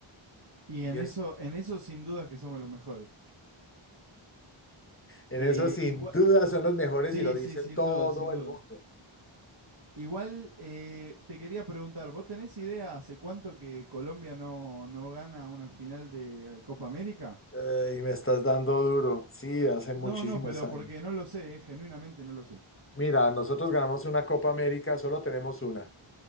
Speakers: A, on the right (about 50°); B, on the left (about 25°).
A: Y en
B: Y es,
A: eso, en eso sin dudas que somos los mejores.
B: en
A: Eh,
B: eso sin
A: igual,
B: duda son los mejores
A: sí,
B: y lo dice
A: sí, sin
B: todo
A: duda, sin duda.
B: el mundo.
A: Igual eh, te quería preguntar, ¿vos tenés idea hace cuánto que Colombia no, no gana una final de eh, Copa América?
B: Eh, y me estás dando duro. Sí, hace
A: No,
B: muchísimos
A: no, pero
B: años.
A: porque no lo sé, eh, genuinamente no lo sé.
B: Mira, nosotros ganamos una Copa América, solo tenemos una.